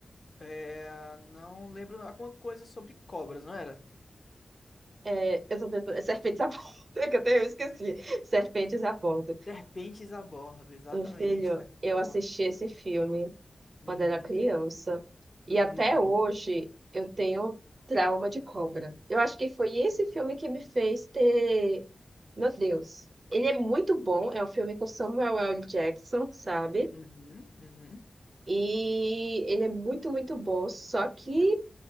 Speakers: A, on the left; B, on the right.
A: É, não lembro não, alguma coisa sobre cobras, não era?
B: É, eu tô tentando- Serpentes à <laughs> Bordo, que até eu esqueci. Serpentes à Bordo.
A: Serpentes a bordo, exatamente,
B: Meu filho,
A: serpentes
B: eu
A: a bordo.
B: assisti esse filme.
A: Uhum,
B: quando era criança. E até
A: uhum,
B: hoje eu tenho trauma de cobra. Eu acho que foi esse filme que me fez ter. Meu Deus. Ele é muito bom. É um filme com Samuel L. Jackson, sabe?
A: uhum, uhum.
B: E ele é muito, muito bom. Só que